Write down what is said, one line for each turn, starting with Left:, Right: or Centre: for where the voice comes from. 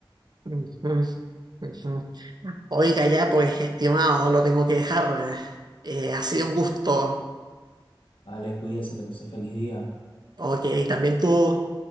Right: ujú, ujú. Oiga, ya pues, estimado, lo tengo que dejar. Eh, ha sido un gusto.
Left: Vale, cuídese, que pase feliz día.
Right: Ok, también tú.